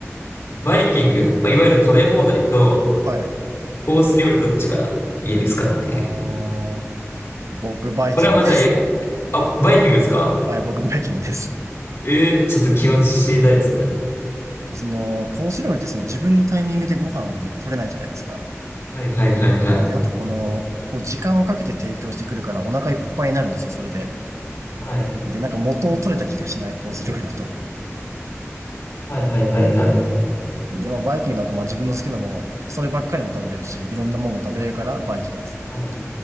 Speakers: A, on the left; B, on the right.
A: バイキング、まあ、いわゆる食べ放題と、
B: はい。
A: コース料理どっちがいいですかっていう。
B: あー、僕、バイキングです。
A: これはまあじゃあ、や、あ、バイキングですか
B: はい、僕、バイキングです。
A: えー、ちょっと気持ち知りたいですね。
B: その、コース料理ってその自分のタイミングでご飯取れないじゃないですか。
A: はいはいはいはい。
B: で、あとこの、こう時間をかけて提供してくるからお腹いっぱいになるんですよ、それで。
A: はい。
B: で、なんか元を取れた気がしないコース料理だと。
A: はいはいはいはい。
B: で、まあ、バイキングだとまあ自分の好きなもん、そればっかりも食べれるし、いろんなもんも食べれるからバイキングですね。
A: はい。